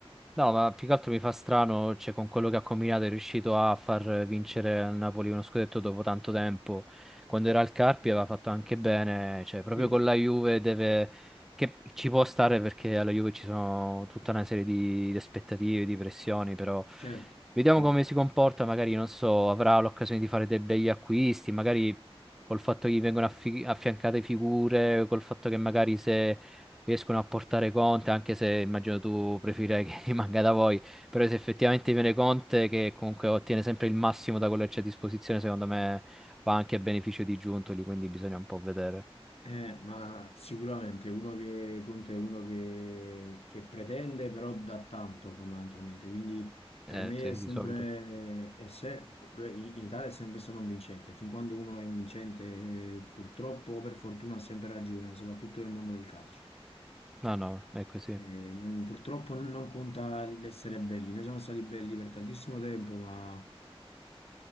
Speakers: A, in the centre; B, on the left.
A: No, ma più che altro mi fa strano, cioè, con quello che ha combinato è riuscito a far vincere al Napoli uno scudetto dopo tanto tempo. Quando era al Carpi aveva fatto anche bene, cioè, proprio
B: Sì,
A: con la Juve deve... che ci può stare perché alla Juve ci sono tutta una serie di, di aspettative, di pressioni, però
B: certo,
A: vediamo
B: certo.
A: come si comporta, magari, non so, avrà l'occasione di fare dei begli acquisti, magari col fatto che gli vengono affi- affiancate figure, col fatto che magari se riescono a portare Conte, anche se immagino tu preferirei che <laughs> rimanga da voi, però se effettivamente viene Conte che comunque ottiene sempre il massimo da quello che c'è a disposizione, secondo me va anche a beneficio di Giuntoli, quindi bisogna un po' vedere.
B: Eh, ma sicuramente uno che conta è uno che, che pretende, però dà tanto fondamentalmente. Quindi per
A: Eh,
B: me
A: sì,
B: è sempre,
A: di solito.
B: è se- in Italia è sempre stato un vincente. Fin quando uno è un vincente, eh, purtroppo o per fortuna ha sempre ragione, soprattutto nel mondo del calcio.
A: No, no, è così.
B: Eh, non- purtroppo non conta l'essere belli, noi siamo stati belli per tantissimo tempo, ma